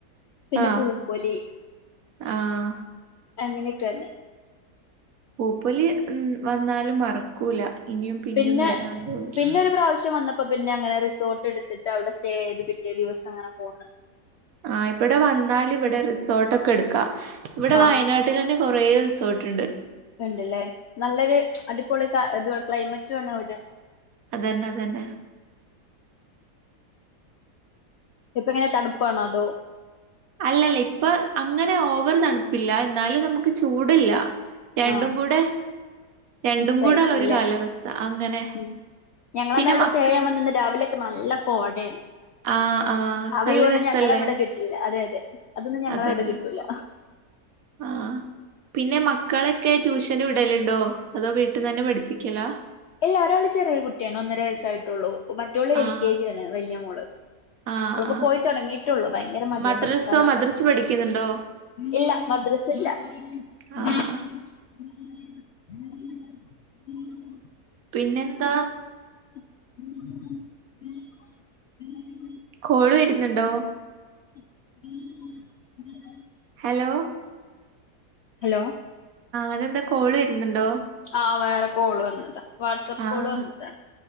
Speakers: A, on the left; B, on the right.
A: പിന്നെ
B: ആഹ്
A: പൂപ്പൊലി
B: ആഹ്
A: അങ്ങനെയൊക്കെന്നെ
B: പൂപ്പൊലി വന്നാലും മറക്കൂല ഇനിയും പിന്നെയും
A: പിന്നെ
B: വരാൻ തോന്നും
A: പിന്നെ ഒരു പ്രാവശ്യം വന്നപ്പോ പിന്നെ അങ്ങനെ റിസോർട്ട് എടുത്തിട്ട് അവിടെ സ്റ്റേ ചെയ്ത് പിറ്റിയ ദിവസം അങ്ങനെ പോകന്ന്
B: ആ ഇവിടെ വന്നാൽ ഇവിടെ റിസോർട്ട ഒക്കെ എടുക്കാ ഇവിടെ
A: ആഹ്
B: വയനാട്ടിൽ തന്നെ കുറെേ റിസോർട്ട്ണ്ട്
A: ഉണ്ടല്ലേ നല്ലൊരു അടിപൊളി ക്ലൈമറ്റ് വേണോ അവിടെ
B: അതെന്നെ അതെന്നെ
A: ഇപ്പങ്ങനെ തണുപ്പാണോ അതോ
B: അല്ലല്ല ഇപ്പൊ അങ്ങനെ ഓവർ തണുപ്പില്ല എന്നാലും നമുക്ക് ചൂടില്ല രണ്ടും
A: ആ
B: കൂടെ രണ്ടും
A: മിക്സായിട്ടല്ലേ
B: കൂടെള്ള ഒരു കാലാവസ്ഥ അങ്ങനെ
A: ഉം ഞങ്ങളന്നവിടെ
B: പിന്നെ മക്കൾ
A: സ്റ്റേ ചെയ്യാൻ വന്നന്ന് രാവിലൊക്കെ നല്ല കോടയാരുന്നു
B: ആഹ് ആഹ്
A: അവിയോ
B: നല്ല
A: ഒന്നും
B: രസല്ലേ
A: ഞങ്ങളവിടെ കിട്ടില്ല അതെ അതെ അതൊന്നും ഞങ്ങടെവിടെ
B: അതന്നെ
A: കിട്ടൂല്ല
B: ആഹ് പിന്നെ മക്കളൊക്കെ ട്യൂഷന് വിടലുണ്ടോ അതോ വീട്ട്ന്നെ പഠിപ്പിക്കലാ
A: എല്ലാ ഒരാള് ചെറിയ കുട്ടിയാണ് ഒന്നരവയസ്സായിട്ടുള്ളൂ മറ്റോള് എൽ
B: ആഹ്
A: കെ ജി ആണ് വലൃ മോള്
B: ആഹ്
A: ഇവള്പ്പോ
B: ആഹ്
A: പോയിത്തൊടങ്ങിട്ടുള്ളൂ ഭയങ്കര മടിയാ
B: മദ്രസോ
A: പഠിക്കാനൊക്കെ
B: മദ്രസ് പഠിക്കുന്നുണ്ടോ
A: ഇല്ല മദ്രസ ഇല്ല <unintelligible>
B: ആഹ് ആഹ് പിന്നെന്താ
A: <unintelligible>
B: കോള് വരുന്നുണ്ടോ
A: <unintelligible>
B: ഹലോ
A: ഹലോ
B: അതെന്താ കോള് വരുന്നുണ്ടോ
A: ആ വേറെ കോള് വന്നതാ വാട്സപ്പ്
B: ആഹ്
A: കോള് വന്നതാണ്